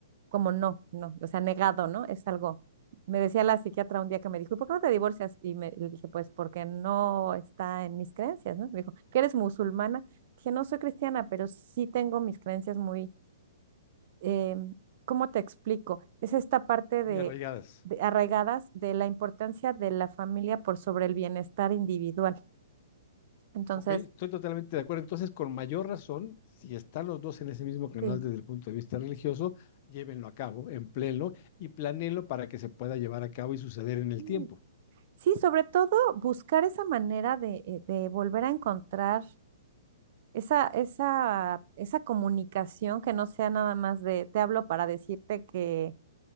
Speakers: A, on the right; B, on the left.
A: como no, no, o sea, negado, ¿no? Es algo. Me decía la psiquiatra un día que me dijo, ¿y por qué no te divorcias? Y me, le dije, pues porque no está en mis creencias, ¿no? Me dijo, ¿que eres musulmana? Dije, no soy cristiana, pero sí tengo mis creencias muy, eh, ¿cómo te explico? Es esta parte de,
B: Muy arraigadas.
A: de arraigadas de la importancia de la familia por sobre el bienestar individual. Entonces,
B: Ok, estoy totalmente de acuerdo. Entonces, con mayor razón, si están los dos en ese mismo canal
A: sí,
B: desde el punto de vista religioso, llévenlo a cabo, empléenlo y planéenlo para que se pueda llevar a cabo y suceder en el
A: Mm.
B: tiempo.
A: sí, sobre todo buscar esa manera de, eh, de volver a encontrar Esa, esa, esa comunicación que no sea nada más de te hablo para decirte que,